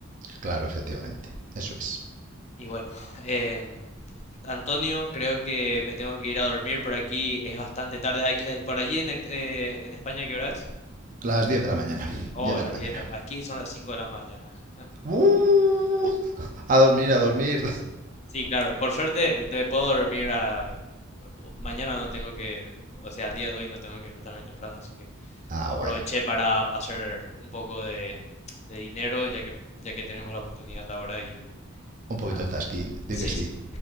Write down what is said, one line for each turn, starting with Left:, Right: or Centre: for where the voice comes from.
Right: Claro, efectivamente, eso es.
Left: Y bueno, <laughs> em, Antonio, creo que me tengo que ir a dormir por aquí, es bastante tarde. Aquí- eh, por allí en, ex- eh, en España, ¿qué hora es?
Right: Las 10 de la mañana,
Left: Oh,
Right: diez de
Left: las
Right: la mañana.
Left: 10. de la- aquí son las 5 de la mañana.
Right: Uh, a dormir, a dormir.
Left: Sí, claro, por suerte te puedo dormir a... Mañana no tengo que, o sea, el día de hoy no tengo que despertarme temprano, así que...
Right: Ah,
Left: Aproveché
Right: bueno.
Left: para hacer un poco de, de dinero, ya que, ya que tenemos la oportunidad ahora y
Right: Un poquito
Left: nada.
Right: de tasking, digo
Left: Sí,
Right: que sí.
Left: sí.